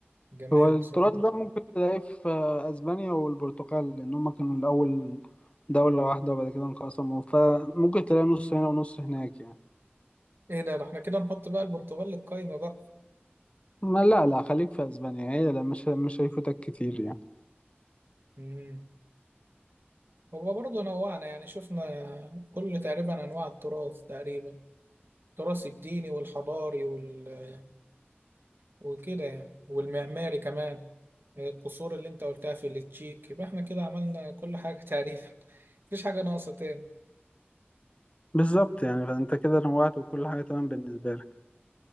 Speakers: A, on the right (about 60°); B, on the left (about 30°).
A: جمال
B: هو التراث
A: بصراحة
B: ده ممكن تلاقيه في اسبانيا والبرتغال لان هم كانوا الاول دولة واحدة وبعد كده انقسموا فممكن تلاقي نص هنا ونص هناك يعني
A: ايه ده ده احنا كده نحط بقى البرتغال للقايمة بقى
B: ما لا لا خليك في اسبانيا هي لا مش مش هيفوتك كتير يعني
A: مم. هو برضه نوعنا يعني شفنا كل تقريبا أنواع التراث تقريبا التراث الديني والحضاري وال... وكده يعني والمعماري كمان القصور اللي انت قلتها في التشيك يبقى احنا كده عملنا كل حاجة <laughs> تقريبا مفيش حاجة ناقصة تاني
B: بالظبط يعني فانت كده نوعت وكل حاجة تمام بالنسبة لك